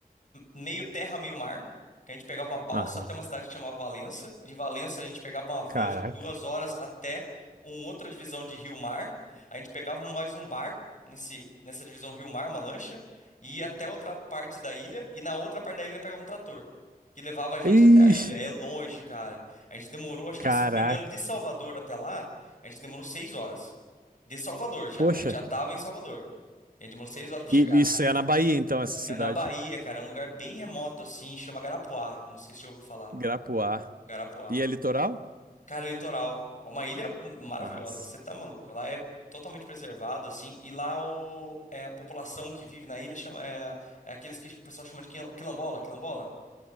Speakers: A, on the left; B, on the right.
A: meio terra, meio mar. Que a gente pegava uma balsa
B: aham.
A: até uma cidade que chamava Valença. De Valença a gente pegava uma van
B: Caraca.
A: de duas horas até uma outra divisão de rio-mar. A gente pegava mais um barco nesse, nessa divisão rio-mar, uma lancha, e ia até outra parte da ilha. E na outra parte da ilha a gente pegava um trator, que levava a gente
B: Ixi,
A: até a ilha. É longe, cara. A gente demorou, acho
B: caraca.
A: que, se eu não me engano, de Salvador até lá, a gente demorou seis horas. De Salvador já.
B: Poxa.
A: A gente já estava em Salvador. A gente demorou seis horas para
B: E
A: chegar.
B: isso é na Bahia, então, essa cidade.
A: É na Bahia, cara. É um lugar bem remoto, assim. Chama Garapuá. Não sei se você já ouviu falar.
B: Grapuá.
A: Garapuá.
B: E é litoral?
A: Cara, litoral. É uma ilha maravilhosa.
B: Mas.
A: Você tá maluco? Lá é totalmente preservado, assim. E lá o, é, a população que vive na ilha chama, é, é aqueles que o pessoal chama de quil- quilombola. Quilombola?